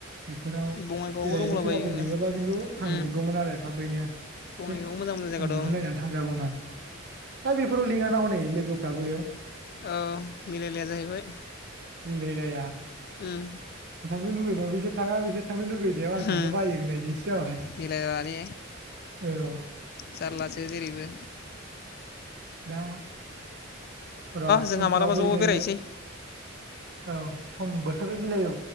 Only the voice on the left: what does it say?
बङाइगावआवबो
दंलाबायो
उम
बङाइगावआव मोजां मोजां जायगा
दं
औ मिलायलाया जाहैबाय
उम
होम
मिलायला ने
जारलासो जेरैबो
जोंहा
मालाबा
ज'
बेरायनोसै